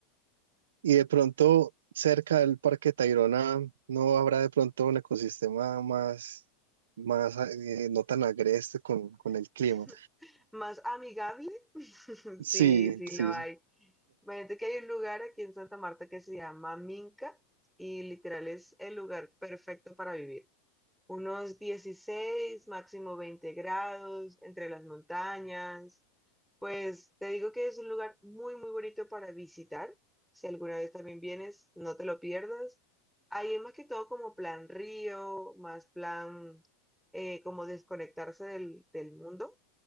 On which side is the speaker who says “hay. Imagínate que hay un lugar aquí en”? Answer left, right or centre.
Centre